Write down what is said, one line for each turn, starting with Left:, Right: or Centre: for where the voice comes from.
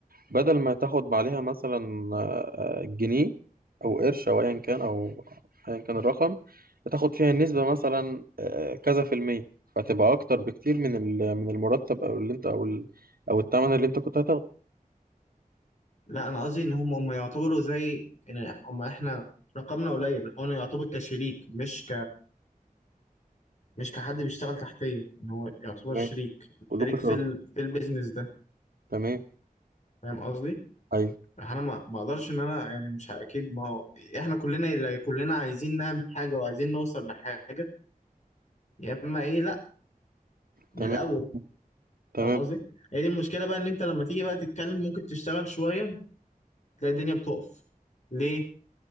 Right: بدل ما تاخد عليها مثلا آه، آه، جنيه أو قرش أو أيا كان أو أيا كان الرقم بتاخد فيها النسبة مثلا آه، كذا في المية فتبقى أكتر بكتير من ال- من المرتب أو اللي أنت أو ال- أو الثمن اللي أنت كنت هتاخده
Left: لأ أنا قصدي إن هم هم يعتبروا زي إن هم إحنا رقمنا قليل هو يعتبر كشريك مش مش كحد بيشتغل تحتيه ان هو يعتبر
Right: تمام
Left: شريك
Right: كلكم
Left: شريك
Right: شركاء
Left: في ال... في البيزنس ده
Right: تمام
Left: فاهم قصدي
Right: أيوه
Left: انا ما ما اقدرش ان انا يعني مش ه- اكيد ما هو احنا كلنا اللي كلنا عايزين نعمل حاجه وعايزين نوصل لحاجه يا اما ايه لا من
Right: تمام
Left: الاول
Right: تمام
Left: فاهم قصدي هي دي المشكله بقى ان انت لما تيجي بقى تتكلم ممكن تشتغل شويه تلاقي الدنيا بتقف ليه